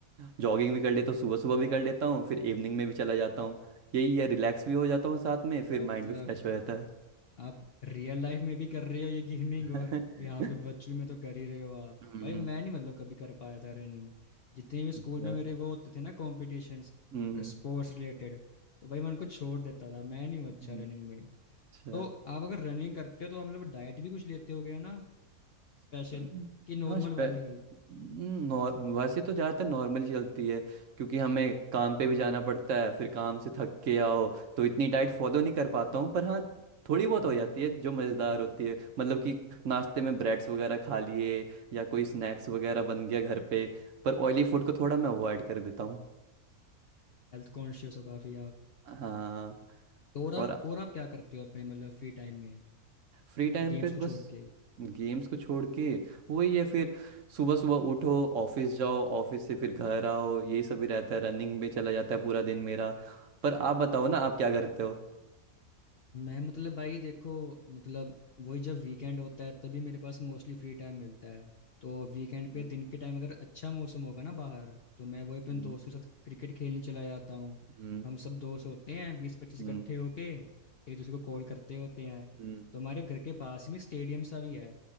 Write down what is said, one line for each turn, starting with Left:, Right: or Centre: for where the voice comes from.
Right: जॉगिंग भी कर लेता हूँ सुबह सुबह भी कर लेता हूँ फिर इवनिंग में भी चला जाता हूँ यही है रिलैक्स भी हो जाता हूँ साथ में फिर
Left: या
Right: माइंड
Left: मतलब
Right: भी फ्रेश हो जाता है
Left: आप रियल लाइफ में भी कर रहे हो ये गेमिंग
Right: <laughs>
Left: और यहाँ पे वर्चुअल में तो कर ही रहे हो आप
Right: हम्म
Left: भाई मैं नहीं मतलब कभी कर पाया था रनिंग जितने भी स्कूल
Right: अच्छा
Left: में मेरे वो होते थे ना कॉम्पिटिशन्स
Right: हम्म
Left: स्पोर्ट्स रिलेटेड तो भाई मैं उनको छोड़ देता था मैं नहीं हूँ अच्छा
Right: हम्म,
Left: रनिंग में
Right: अच्छा
Left: तो आप अगर रनिंग करते हो तो आप मतलब डाइट भी कुछ लेते हो गया ना स्पेशल
Right: हम्म,
Left: कि नॉर्मल
Right: हाँ स्पे
Left: वाली ही
Right: नॉर वैसे तो ज़्यादातर नॉर्मल चलती है क्योंकि हमें काम पे भी जाना पड़ता है फिर काम से थक के आओ तो इतनी डाइट फॉलो नहीं कर पाता हूँ पर हाँ थोड़ी बहुत
Left: हम्म
Right: हो जाती है जो मज़ेदार होती है मतलब कि नाश्ते में ब्रेड्स वगैरह खा लिए या कोई स्नैक्स वगैरह बन गया घर पे पर ऑयली फूड को थोड़ा मैं अवॉइड कर देता हूँ
Left: हेल्थ कॉन्शियस हो काफी आप
Right: हाँ
Left: तो और आप
Right: और
Left: और आप क्या करते हो अपने मतलब फ्री टाइम में
Right: फ्री टाइम
Left: गेम्स
Right: पे तो
Left: को
Right: बस
Left: छोड़ के
Right: गेम्स को छोड़ के वही है फिर सुबह सुबह उठो ऑफिस जाओ ऑफिस से फिर घर आओ ये सब ही रहता है रनिंग में चला जाता है पूरा दिन मेरा पर आप बताओ ना आप क्या करते हो
Left: मैं मतलब भाई देखो मतलब वही जब वीकेंड होता है तभी मेरे पास मोस्टली फ्री टाइम मिलता है तो वीकेंड
Right: हम्म
Left: पे दिन के टाइम अगर अच्छा मौसम होगा ना बाहर तो मैं वही
Right: हम्म
Left: अपने दोस्तों के साथ क्रिकेट खेलने चला जाता हूँ
Right: हम्म
Left: हम सब दोस्त होते हैं बीस पच्चीस
Right: हम्म
Left: इकट्ठे होके एक दूसरे को कॉल करते होते हैं
Right: हम्म,
Left: तो हमारे घर के पास में स्टेडियम सा भी है